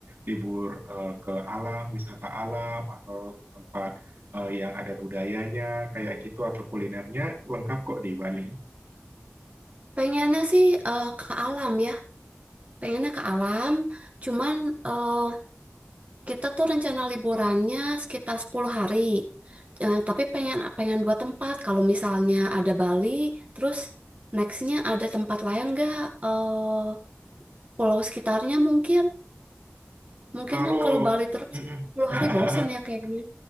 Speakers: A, on the right; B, on the right.
A: libur eh, ke alam, wisata alam atau tempat eh, yang ada budayanya kayak gitu atau kulinernya lengkap kok di Bali.
B: Pengennya sih eh, ke alam ya. Pengennya ke alam, cuman eh, Kita tuh rencana liburannya sekitar 10 hari. Eh, tapi pengen pengen dua tempat. Kalau misalnya ada Bali, terus nextnya ada tempat lain nggak? Eh, pulau sekitarnya mungkin. Mungkin
A: Kalau
B: kan kalau Bali terus
A: Mm-mm.
B: 10
A: <laughs>
B: hari bosen ya kayaknya.